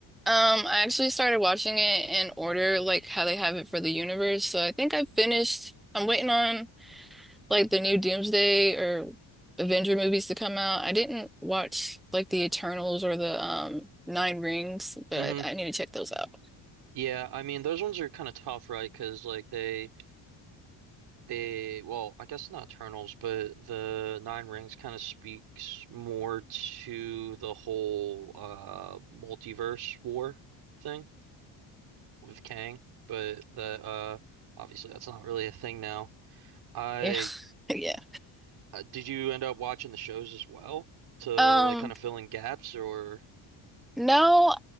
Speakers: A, in the centre; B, on the right.
A: I actually started watching it in order like how they have it for the universe. So I think I've finished. I'm waiting on like the new Doomsday or Avenger movies to come out. I didn't watch like the Eternals or the um Nine Rings, but
B: hmm
A: I, I need to check those out.
B: Yeah, I mean those ones are kind of tough, right? Because like they they well, I guess not Eternals, but the Nine Rings kind of speaks more to the whole uh multiverse war thing. with Kang, but that uh obviously that's not really a thing now. I
A: Yeah. <laughs> Yeah.
B: uh, did you end up watching the shows as well to
A: Um,
B: like kind of fill in gaps or
A: no,